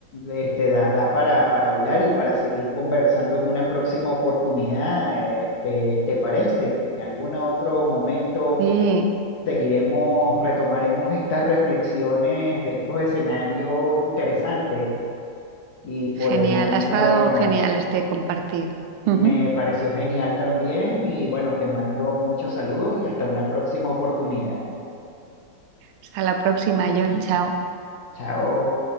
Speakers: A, on the left; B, on the right.
A: este, da, da para, para hablar y para seguir conversando en una próxima oportunidad. Este, ¿te parece? En algún otro momento
B: Sí,
A: seguiremos, retomaremos estas reflexiones de estos escenarios interesantes. Y por
B: Genial,
A: el momento,
B: ha estado
A: bueno,
B: genial este compartir.
A: me
B: Ujú.
A: pareció genial también y bueno, te mando muchos saludos y hasta una próxima oportunidad.
B: Hasta la próxima, John. Chao.
A: Chao.